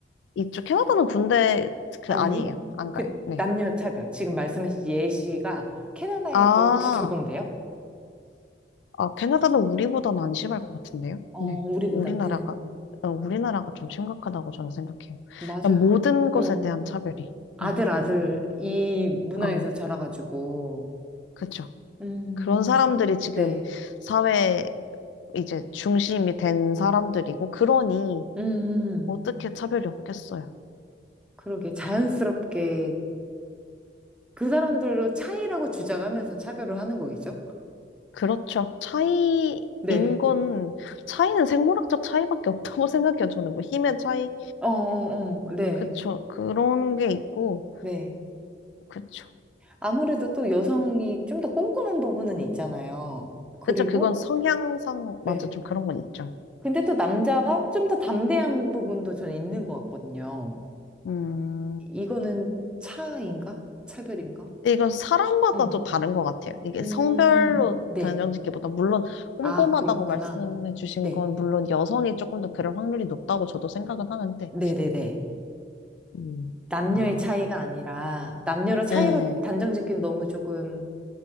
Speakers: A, on the left; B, in the centre.
A: 이쪽 캐나다는 군대, 그,
B: 아니,
A: 아니에요.
B: 아니.
A: 안
B: 그
A: 가요. 네.
B: 남녀 차별. 지금 말씀하신 예시가 캐나다에도
A: 아,
B: 혹시 적용돼요?
A: 아, 캐나다는 우리보다는 안 심할 것 같은데요?
B: 어,
A: 네.
B: 우리보다는.
A: 우리나라가, 어, 우리나라가 좀 심각하다고 저는 생각해요.
B: 맞아요.
A: 그냥 모든 것에
B: 응.
A: 대한 차별이.
B: 아들,
A: 네.
B: 아들, 이 문화에서
A: 아,
B: 자라가지고,
A: 그렇죠.
B: 음,
A: 그런 사람들이 지금
B: 네.
A: 사회 이제 중심이 된 사람들이고, 그러니
B: 음,
A: 어떻게 차별이 없겠어요.
B: 그러게. 자연스럽게 그 사람들로 차이라고 주장하면서 차별을 하는 거겠죠?
A: 그렇죠. 차이인
B: 네.
A: 건, 차이는 생물학적 차이밖에 없다고 <laughs> 생각해요. 저는 뭐 힘의 차이,
B: 어, 어, 어. 네.
A: 그쵸. 그런 게 있고,
B: 네.
A: 그쵸.
B: 아무래도 또 여성이 좀 더 꼼꼼한 부분은 있잖아요. 그리고,
A: 그쵸, 그건 성향상, 맞아,
B: 예.
A: 좀 그런 건 있죠.
B: 근데 또 남자가 좀 더 담대한 부분도 저는 있는 것 같거든요.
A: 음,
B: 이거는 차인가? 차별인가?
A: 근데 이건 사람마다
B: 음.
A: 좀 다른 것 같아요. 이게
B: 음,
A: 성별로
B: 네.
A: 단정짓기보다, 물론 꼼꼼하다고
B: 아, 그렇구나.
A: 말씀해 주신
B: 네.
A: 건, 물론 여성이 조금 더 그럴 확률이 높다고 저도 생각은 하는데,
B: 네네네.
A: 음.
B: 남녀의
A: 아,
B: 차이가 아니라, 남녀로 차이로
A: 예.
B: 단정 짓기는 너무 조금,